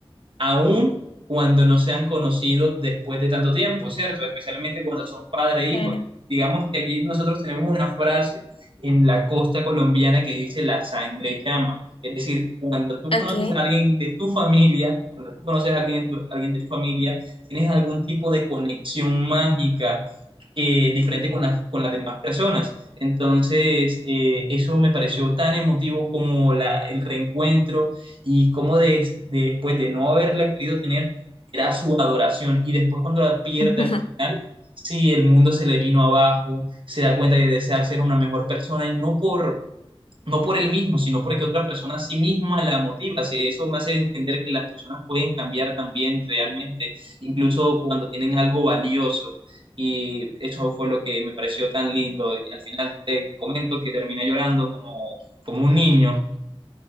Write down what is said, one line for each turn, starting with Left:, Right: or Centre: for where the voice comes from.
Right: aún cuando no se han conocido después de tanto tiempo, ¿cierto? Especialmente cuando son padre e hijo.
Left: Claro.
Right: Digamos que aquí nosotros tenemos una frase en la costa colombiana que dice la sangre llama. Es decir, cuando tú
Left: Ok.
Right: conoces a alguien de tu familia, cuando tú conoces a alguien, alguien de tu familia, tienes algún tipo de conexión mágica que diferente con las, con las demás personas. Entonces, eh, eso me pareció tan emotivo como la, el reencuentro y cómo de- de- después de no haberla querido tener, era su adoración. Y después cuando la pierde
Left: <laughs>
Right: al final, sí, el mundo se le vino abajo, se da cuenta de desear ser una mejor persona y no por, no por él mismo, sino porque otra persona a sí misma la motiva. Sí, eso me hace entender que las personas pueden cambiar también realmente, incluso cuando tienen algo valioso. Y eso fue lo que me pareció tan lindo. Y al final te comento que terminé llorando como, como un niño,